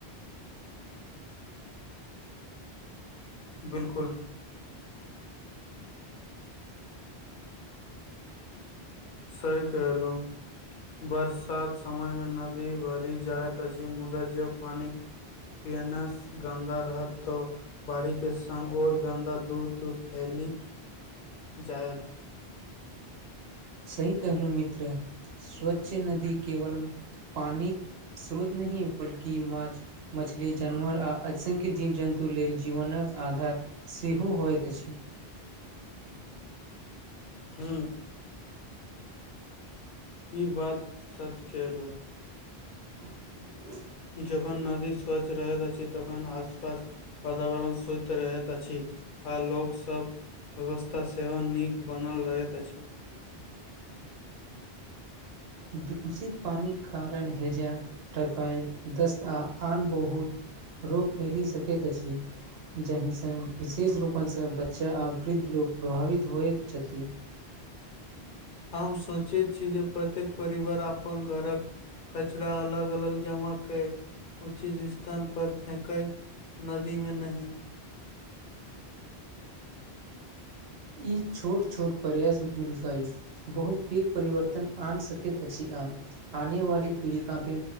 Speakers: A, on the left (about 60°); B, on the right (about 70°).
A: बिलकुल सही कहलहु बरसात समय मे नदी भरि जाइत अछि मुदादा जब पानि पिय ने सेहो गन्दा रहत त बाढ़ी के संगङ् और गन्दा दूर दूर फैल जायत
B: सही कहलू मित्र स्वच्छ नदी केवल पानि स्रोत नहि बल्कि माछ मछली जानवर आ असंख्य जीव जन्तु लेल जीवनक आधार सेहो होइत अछि
A: हू ई बात सत कलहुँ
B: <unintelligible>
A: जखन नदी स्वच्छ रहैत अछि तखन आस पास वातावरण स्वक्ष रहैत अछि आ लोक सब व्यवस्था सेहो नीक बनल रहैत अछि
B: दूषित पानि कारण हैजा टाइफॉइड दस्त आ आन बहुत रोग फैलि सकैत अछि जाहिसँ विशेष रूपाससँ बच्चा आ वृद्ध लोक प्रभावित होइत छथिन
A: हम सोचे छी जे प्रत्येक परिवार अपन घरक कचराा अलग अलग जमा के उचित स्थान पर फेके नदी में नहिं
B: ई छोट छोट प्रयास मिलकै बहुत पैघ परिवर्तन आन सकैत अछि आ आने वाली पीड़िकाके